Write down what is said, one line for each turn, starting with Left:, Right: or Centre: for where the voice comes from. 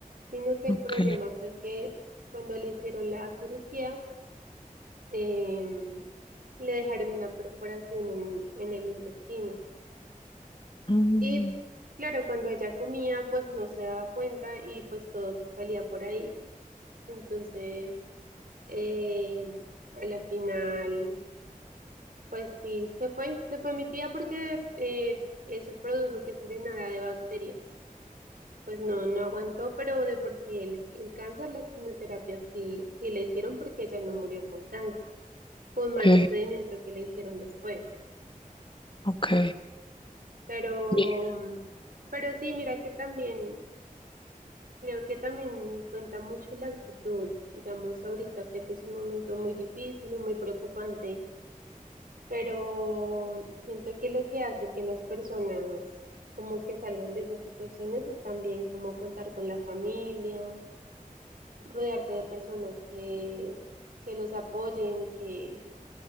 Right: sino que el
Left: ok.
Right: problema fue que cuando le hicieron la cirugía em, le dejaron una perforación en, en el intestino
Left: Mm,
Right: y claro, cuando ella comía pues no se daba cuenta y pues todo se salía por ahí. Entonces Eh, a la final, pues sí, se fue, se fue mi tía porque eh, eso produjo que se llenara de bacterias. Pues no, no aguantó, pero de por sí el, el cáncer, las quimioterapias sí, sí le hicieron porque ella no murió con cáncer. Fue un mal
Left: ok,
Right: procedimiento que le hicieron después.
Left: ok.
Right: Pero,
Left: Bien.
Right: mm, pero sí, mira que también, creo que también cuenta mucho la actitud. Digamos, ahorita sé que es un momento muy difícil y muy preocupante pero siento que lo que hace que las personas como que salgan de esas situaciones es también como contar con la familia, rodearse de personas que, que los apoyen, que,